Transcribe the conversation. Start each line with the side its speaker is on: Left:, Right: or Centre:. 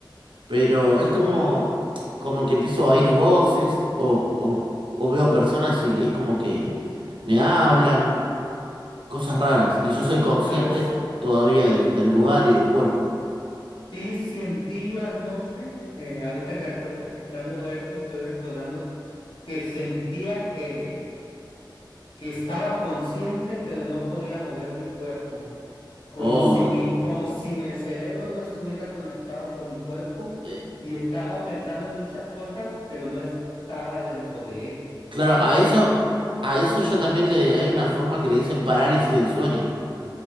Right: Pero es como, como que empiezo a oír voces o, o- o veo personas y es como que me hablan, cosas raras. Y yo soy consciente
Left: Ta-
Right: todavía del, del lugar y del cuerpo.
Left: Sí, sentí yo anoche, eh, ahorita que me estás platicando esto, estoy recordando que sentía que, que estaba consciente, pero no podía mover mi cuerpo. como
Right: Oh,
Left: si mi, como si mi cerebro no estuviera conectado con mi cuerpo
Right: eh,
Left: y estaba pensando en muchas cosas, pero no estaba dentro de él.
Right: claro,
Left: Muy extraño.
Right: a eso, a eso ya también le hay una forma que le dicen parálisis del sueño.